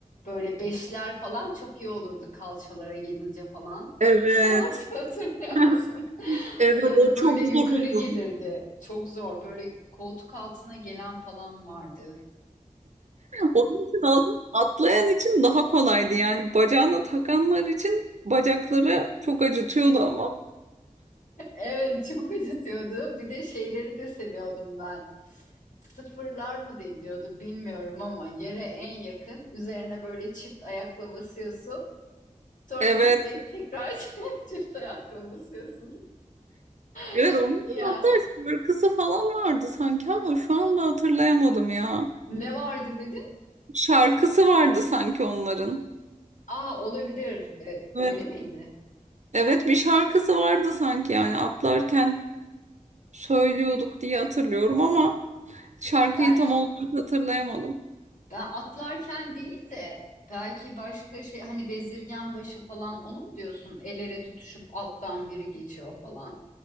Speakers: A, on the left (about 70°); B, on the right (about 60°).
A: Böyle beşler falan çok iyi olurdu kalçalara gelince falan.
B: Evet.
A: <laughs> Hat- Hatırlıyor
B: <laughs>
A: musun?
B: Evet
A: Ya
B: o
A: da
B: çok
A: böyle
B: zor
A: yukarı
B: oluyordu.
A: gelirdi. Çok zor. Böyle koltuk altına gelen falan vardı.
B: Onun için az- atlayan için daha kolaydı. Yani bacağına takanlar için bacakları çok acıtıyordu ama.
A: Evet çok acıtıyordu. Bir de şeyleri de seviyordum ben. Sıfırlar mı deniliyordu bilmiyorum ama yere en yakın üzerine böyle çift ayakla basıyorsun. Sonra
B: Evet.
A: zıplayıp tekrar <laughs> çift ayakla basıyorsun.
B: Evet
A: <laughs>
B: onların
A: Ya
B: hatta şarkısı falan vardı sanki ama şu anda hatırlayamadım ya.
A: ne vardı dedin?
B: Şarkısı vardı sanki onların.
A: Aa olabilir. Ee, öyle
B: Evet.
A: miydi?
B: Evet bir şarkısı vardı sanki yani atlarken söylüyorduk diye hatırlıyorum ama şarkıyı
A: Ben
B: tam olarak hatırlayamadım.
A: ben atlarken değil de belki başka şey hani bezirgen başı falan onu mu diyorsun? El ele tutuşup alttan biri geçiyor falan.